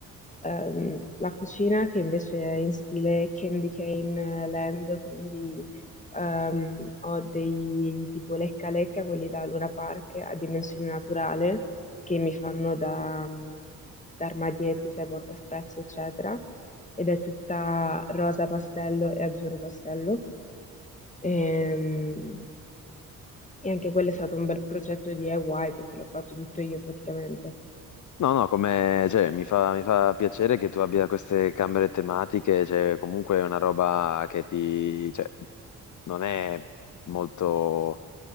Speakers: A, on the left (about 20°); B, on the left (about 45°).
A: ehm, la cucina che invece è in stile Candy Cane Land, quindi ehm, ho dei tipo lecca lecca, quelli da Luna Park a dimensione naturale, che mi fanno da, mh, da armadietti, sai, portaspezie, eccetera, ed è tutta rosa pastello e azzurro pastello. Ehm, E, anche quello è stato un bel progetto di DIY perché l'ho fatto tutto io praticamente.
B: No, no, come, cioè, mi fa, mi fa piacere che tu abbia queste camere tematiche, cioè, comunque è una roba che ti, cioè, non è molto